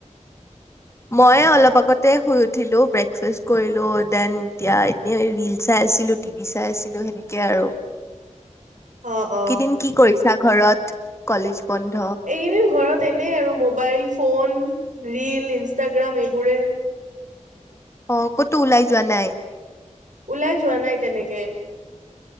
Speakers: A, on the left; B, on the right.
A: মই অলপ আগতে শুই উঠিলোঁ, ব্ৰেকফাষ্ট কৰিলোঁ, দেন এতিয়া এনে ৰীল চাই আছিলোঁ, টিভি চাই আছিলোঁ, সেনেকে আৰু।
B: অ অ
A: কিদিন কি কৰি <unintelligible> ঘৰত কলেজ বন্ধ
B: এইকিদিন ঘৰত তেনে আৰু মোবাইল, ফোন, ৰীল, ইনষ্টাগ্ৰাম, এইবোৰে।
A: অ', ক'তো ওলাই যোৱা নাই?
B: ওলাই যোৱা নাই তেনেকে।